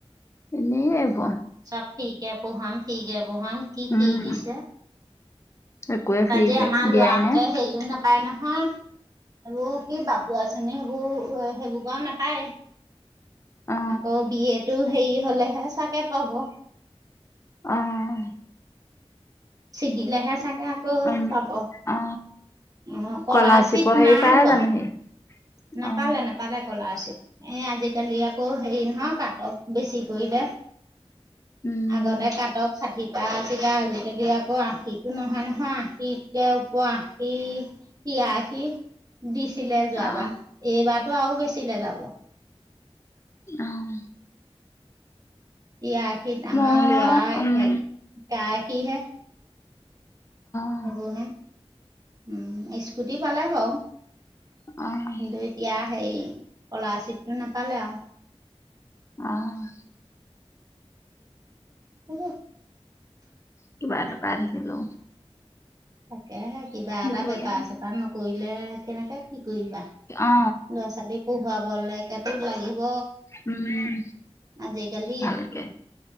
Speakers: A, on the left (about 25°); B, on the right (about 35°).
A: এনেই ভোৱা
B: চব ঠিকে পহাম ফঠিকে পহাম কি
A: উম
B: ফি দিছে
A: একোৱে ফ্ৰীকে
B: তাজে আমাৰ
A: দিয়াই
B: লৰাঁতে
A: নাই
B: হেৰিও নাপায় নাপায় নহয় এইবোৰ কি বাপু আচনী সেইবোৰ সেইবোৰ গও নাপায়।
A: অ
B: আকৌ বিয়টো হেৰি হলেহে চাগে পাব,
A: উম
B: ছিগিলেহে চাগে আকৌ
A: উম
B: পাব,
A: অ
B: অ স্কলাৰশ্বিপ
A: কলাশিপৰ হেৰি
B: নাই
A: পাই
B: পোৱা?
A: জানো সি
B: নাপালে
A: অ
B: নাপালে কলাশিপ এ আজিকালি আকৌ হেৰি ন হ কাটক বেছি কৰিলে।
A: উম
B: আগতে কাটক ষাঠি তাৰ আছিলে আজিকালি আকৌ আশীতটো নহয় নহয় আশীতকে ওপৰ আশী তিৰাশী দিছিলে যোৱাবাৰ।
A: অ
B: এইবাৰো আৰু বেচিলে যাব।
A: আহ'।
B: তিৰা আশীত আমাৰ
A: মই
B: লৰা
A: উম
B: একশীহে
A: অ
B: সেইবোৰ হে। উম, স্কুটি পালে বাৰু। কিন্তু
A: অহ
B: এতিয়া সেই স্কলাৰশ্বিপটো নাপালে আৰু।
A: অহ '।
B: সেইবোৰ
A: কিবা এটা পাই <unintelligible>
B: তাকেহে কিবা
A: দিব
B: এটা বেপাৰ,
A: লাগে
B: চেপাৰ নকৰিলে কেনেকে কি কৰিবা?
A: অ
B: ল'ৰা ছোৱালী পঢ়োৱাব লেকেতো লাগিব।
A: উম,
B: আজিকালি
A: <unintelligible>